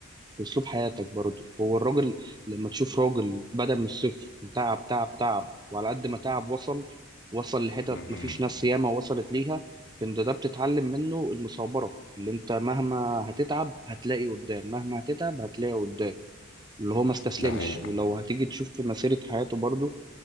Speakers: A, on the right; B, on the left.
A: في اسلوب حياتك برضو هو الراجل لما تشوف راجل بدأ من الصفر تعب تعب تعب وعلى قد ما تعب وصل وصل لحتت
B: فعلا
A: مفيش ناس ياما وصلت ليها فانت ده بتتعلم منه المثابرة اللي انت مهما هتتعب هتلاقي قدام مهما هتتعب هتلاقي قدام اللي هو ما استسلمش
B: ده حقيقة
A: ولو هتيجي تشوف في مسيرة حياته برضه